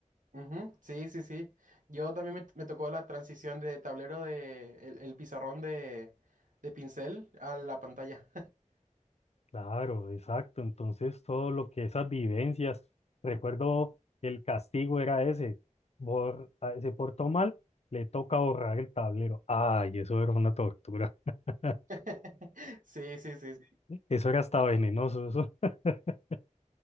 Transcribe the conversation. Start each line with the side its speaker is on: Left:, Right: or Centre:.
Right: Ujú, Sí, sí, sí. Yo también me, me tocó la transición de tablero de el, el pizarrón de, de pincel a la pantalla.
Left: Claro, exacto. Entonces, todo lo que esas vivencias, recuerdo el castigo era ese, bor- ah, se portó mal, le toca borrar el tablero. Ay, eso era una tortura. <laughs>
Right: <laughs> Sí, sí, sí, sí.
Left: Eso era hasta venenoso, eso. <laughs>